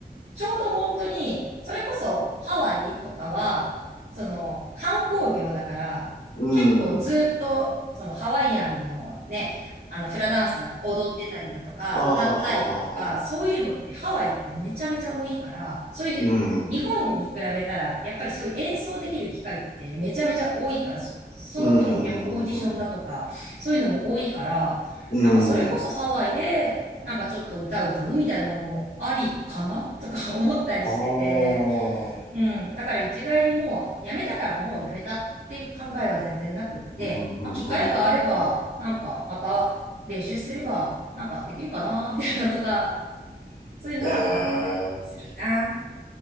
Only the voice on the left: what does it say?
うん。
あはははは。
うん、うん、
うん、うん、
うん。
うんうん
ああ、
うん、うん、うん、
うんうんうんうん
ええー。